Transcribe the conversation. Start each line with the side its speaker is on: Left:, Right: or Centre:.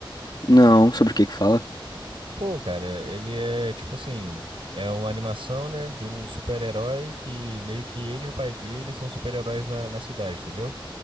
Left: Não, sobre o que que fala?
Right: Pô, cara, ele é, tipo assim, é uma animação, né, de um super-herói que meio que ele e o pai dele são super-heróis na, na cidade, entendeu?